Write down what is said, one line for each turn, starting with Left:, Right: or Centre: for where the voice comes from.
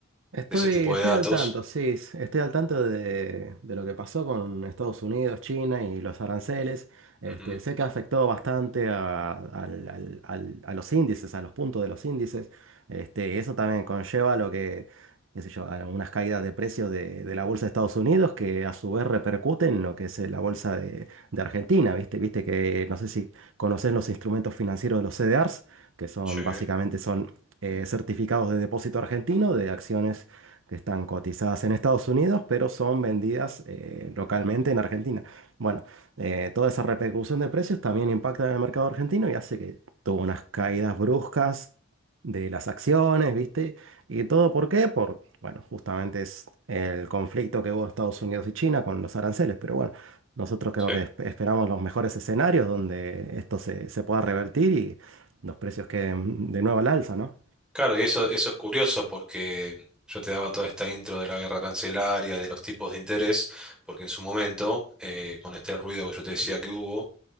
Right: Estoy,
Centre: de ese tipo
Right: estoy
Centre: de datos.
Right: al tanto, sí, s- estoy al tanto de, de lo que pasó con Estados Unidos, China y los aranceles. Este,
Centre: Ujú.
Right: sé que afectó bastante a, al- al- al- a los índices, a los puntos de los índices. Este, eso también conlleva lo que, qué sé yo, a unas caídas de precios de, de la bolsa de Estados Unidos que a su vez repercuten en lo que es eh, la bolsa de, de Argentina, ¿viste? Viste que no sé si conocen los instrumentos financieros de los CDRs, que son
Centre: Sí,
Right: básicamente son eh, certificados de depósito argentino de acciones que están cotizadas en Estados Unidos, pero son vendidas eh, localmente en Argentina. Bueno, eh, toda esa repercusión de precios también impacta en el mercado argentino y hace que tuvo unas caídas bruscas de las acciones, ¿viste? ¿Y todo por qué? Por, bueno, justamente es el conflicto que hubo en Estados Unidos y China con los aranceles, pero bueno. Nosotros creo
Centre: sí.
Right: que esp- esperamos los mejores escenarios donde esto se, se pueda revertir y los precios queden de nuevo al alza, ¿no?
Centre: Claro, y eso, eso es curioso porque yo te daba toda esta intro de la guerra arancelaria, de los tipos de interés, porque en su momento, eh, con este ruido que yo te decía que hubo,